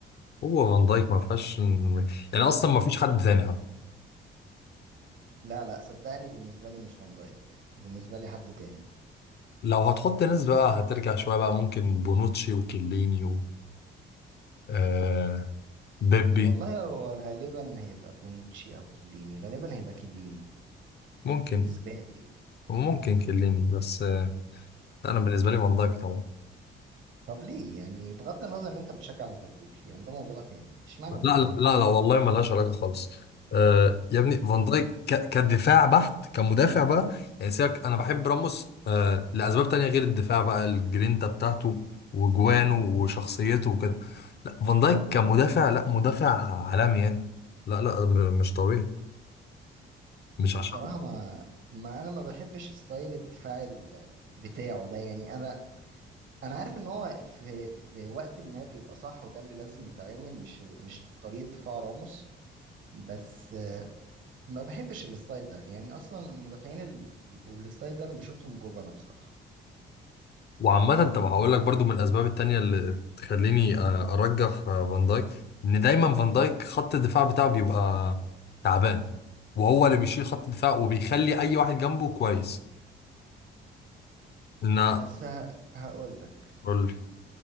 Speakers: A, on the left (about 55°); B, on the right (about 70°).
A: هو فان دايك ما فيهاش يعني اصلا ما فيش حد تاني حتى
B: لا لا صدقني بالنسبة لي مش فان دايك بالنسبة لي حد تاني
A: لو هتحط ناس بقى هترجع شوية بقى ممكن بونوتشي وكيليني و آه بيبي
B: والله هو غالبا هيبقى بونوتشي او كيليني غالبا هيبقى كيليني
A: ممكن
B: بالنسبة لي
A: وممكن كيليني بس آه أنا بالنسبة لي فان دايك طبعا
B: طب ليه يعني بغض النظر ان انت بتشجع ليفربول يعني ده موضوع تاني اشمعنى فان
A: لا
B: دايك
A: لا لا والله ملهاش علاقة خالص آه يا ابني فان دايك ك- كدفاع بحت كمدافع بقى يعني سيبك أنا بحب راموس آه لأسباب تانية غير الدفاع بقى الجرينتا بتاعته وجوانه وشخصيته وكده لا فان دايك كمدافع لا مدافع عالمي يعني لا لا م- مش طبيعي مش
B: بصراحة
A: عشان
B: ما ما انا ما بحبش ستايل الدفاع ال- بتاعه ده يعني انا انا عارف ان هو في في وقت ما بيبقى صح وده اللي لازم يتعمل مش مش طريقة دفاع راموس بس ما بحبش الستايل ده يعني اصلا المدافعين اللي بيبقوا بالستايل ده انا بشوفهم جبنه بصراحه
A: وعامة طب هقول لك برضو من الأسباب التانية اللي تخليني آه، أرجح آه، فان دايك إن دايما فان دايك خط الدفاع بتاعه بيبقى تعبان وهو اللي بيشيل خط الدفاع وبيخلي أي واحد جنبه كويس إن
B: بس ه... هقول لك
A: قول لي